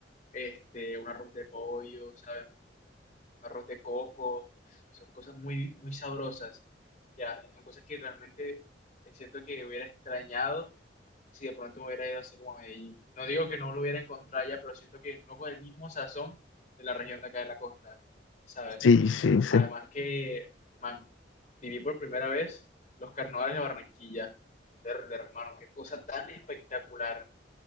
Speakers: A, on the left; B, on the left.
A: este, un arroz de pollo, ¿sabes? Un arroz de coco, son cosas muy, muy sabrosas. Ya, son cosas que realmente siento que hubiera extrañado si de pronto me hubiera ido así como a Medellín. No digo que no lo hubiera encontrado ya, pero siento que no con el mismo sazón de la región de acá de la costa, ¿sabes?
B: Sí, sí, sí.
A: Además que, man, viví por primera vez los carnavales de Barranquilla. Verde, hermano, qué cosa tan espectacular,